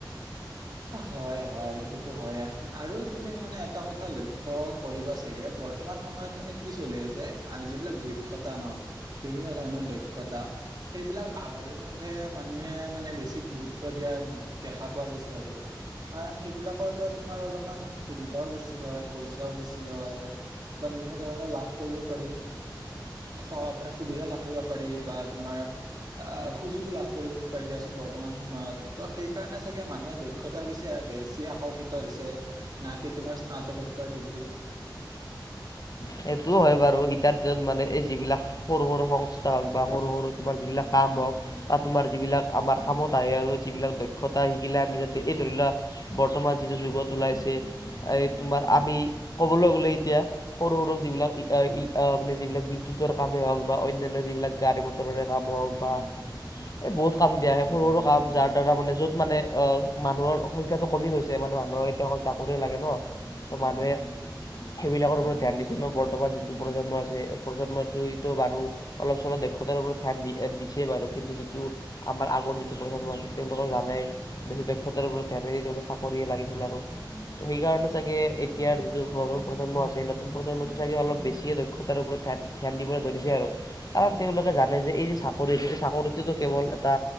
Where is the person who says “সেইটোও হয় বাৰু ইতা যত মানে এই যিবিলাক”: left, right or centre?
Left